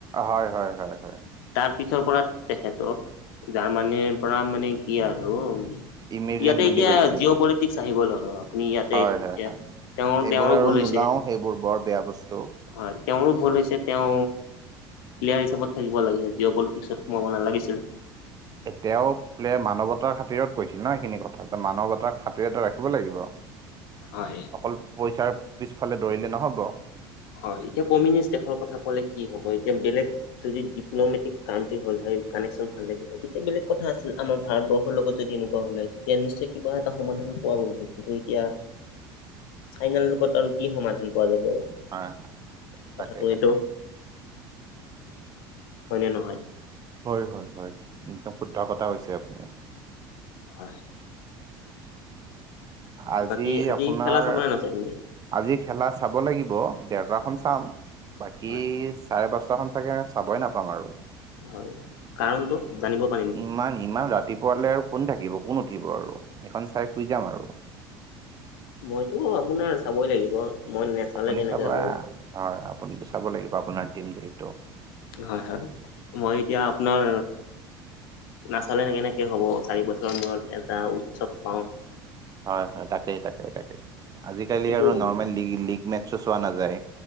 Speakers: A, on the right; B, on the left.
A: হয় হয় হয় হয়
B: তাৰ পিছৰ পৰা তেখেতক জাৰ্মানীৰ পৰা মানে কি আৰু
A: ইমিগ্ৰেণ্ট
B: ইয়াতে
A: বুলি
B: এতিয়া
A: কৈছিল
B: জিঅ' পলিটিক্স আহি গ'ল আৰু আপুনি ইয়াতে
A: হয়
B: এতিয়া
A: হয় হয়
B: তেওঁৰ
A: সেইবোৰ
B: তেওঁৰো
A: আৰু
B: ভুল হৈছে
A: নোলাও সেইবোৰ বৰ বেয়া বস্তু
B: হয় তেওঁৰো ভুল হৈছে তেওঁ প্লেয়াৰ হিচাপত থাকিব লাগে জিঅ' পলিটিক্সত সোমাব নালাগিছিল
A: এতিয়াও পলে মানৱতাৰ খাতিৰত কৈছিল ন সেইখিনি কথা এ মানৱতাৰ খাতিৰটে ৰাখিব লাগিব <unintelligible>
B: হয়
A: অকল পইচাৰ পিছফালে দৌৰিলে নহ'ব
B: হয় এতিয়া কমিউনিষ্ট দেশৰ কথা কলে কি হ'ব এতিয়া বেলেগ যদি ডিপ্ল'মেটিক কানট্ৰি হ'ল <unintelligible> কানেকন ভাল লাগে তেতিয়া বেলেগ কথা আছিল আমাৰ ভাৰতবৰ্ষৰ লগত যদি এনেকুৱা হলে তেতিয়া নিশ্চয় কিবা এটা সময়। সমাধান পোৱা গ'ল হয় কিন্তু এতিয়া চাইনাৰ লগত আৰু কি সমাধান পোৱা যাব।
A: হ তাকেই
B: কথাটো
A: তাকেই।
B: এইটো হয়নে নহয়।
A: হয় হয় হয় একদম শুদ্ধ কথা কৈছে আপুনি।
B: হয়
A: আজি
B: বাকী
A: আপোনাৰ?
B: খেলা চাবনে নাচাই আপুনি
A: আজি খেলা চাব লাগিব দেৰটা খ চাম বাকী
B: হয়
A: চাৰে পাঁচ। চ সচ চাবই নাপাম আৰু। <unintelligible>
B: হয় কাৰণটো জানিব পাৰিম
A: ইমান ইমান ৰাতিপুৱালৈ আৰু। কোন থাকিব কোন উঠিব আৰু এইখন চাই শুই যাম আৰু।
B: মইতো আপোনাৰ চাবই লাগিব? মই নেচালে
A: আপুনি
B: কেনেকে
A: চাব হয়
B: হ'ব
A: আপুনটো চাব লাগিব আপোনাৰ টিম যিহেতু।
B: হয় হয় মই এতিয়া আপোনাৰ। নাচলে এনে কেনেকে হ'ব চাৰি বছৰৰ মূৰত এটা উৎসৱ পাওঁ।
A: হয়, হয়, তাকেই তাকেই তাকেই। আজিকালি
B: কিন্তু
A: আৰু নৰ্মেল লীগ মেচো চোৱা নাযায়।